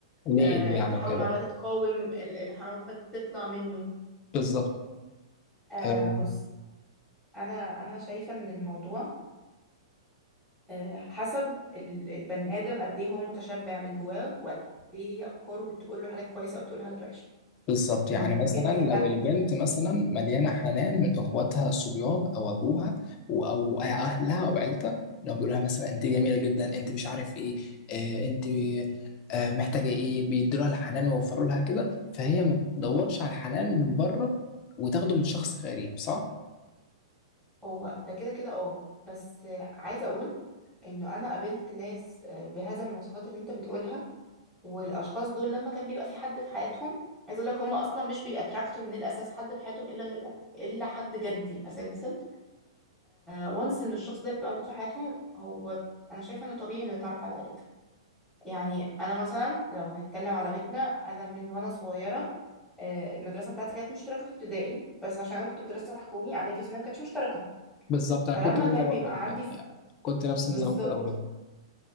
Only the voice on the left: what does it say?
ليه
ليه يعني
وكده
بالظبط
آه.
بالظبط
يعني
مثلا
لو
البنت مثلا مليانه حنان من اخواتها الصبيان او ابوها و- او اهلها او عيلتها لو بيقولوا لها مثلا انت جميله جدا انت مش عارف ايه آه انت آه محتاجه ايه بيدوا لها الحنان ويوفروا لها كده فهي ما تدورش على الحنان من بره وتاخده من شخص غريب صح؟
بالظبط انا
كنت كده
برضه
يعني
كنت نفس
النظام كده برضه